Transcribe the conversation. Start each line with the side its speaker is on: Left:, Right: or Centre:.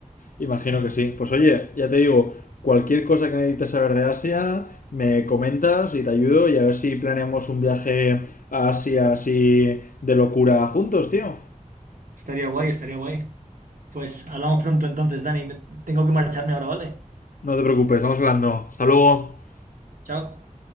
Left: imagino
Right: Sí.
Left: que sí. Pues oye, ya te digo, cualquier cosa que necesites saber de Asia, me comentas y te ayudo y a ver si planeamos un viaje a Asia así de locura juntos, tío.
Right: Estaría guay, estaría guay. Pues hablamos pronto entonces, Dani. Tengo que marcharme ahora, ¿vale?
Left: No te preocupes, vamos hablando. Hasta luego.
Right: Chao.